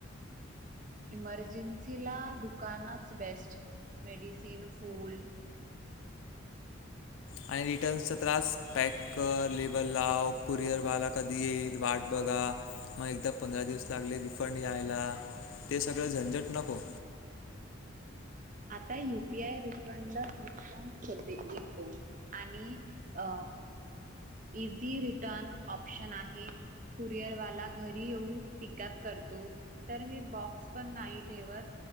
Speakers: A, on the right; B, on the left.
A: इमर्जन्सीला दुकानाच बेस्ट मेडिसिन, फूल
B: आणि रिटर्नचा त्रास पॅक लेबल लाव कुरिअर वाला कधी येईल वाट बघा मग एकदा पंधरा दिवस लागले. पण यायला ते झंझट नको.
A: आता युपीआय रिफंड इनस्टंट कॅशबॅक येतो आणि अ इझी रिटर्न ऑप्शन आहे कुरिअरवाला घरी येऊन पिकअप करतो. तर मी बॉक्स पण नाही ठेवत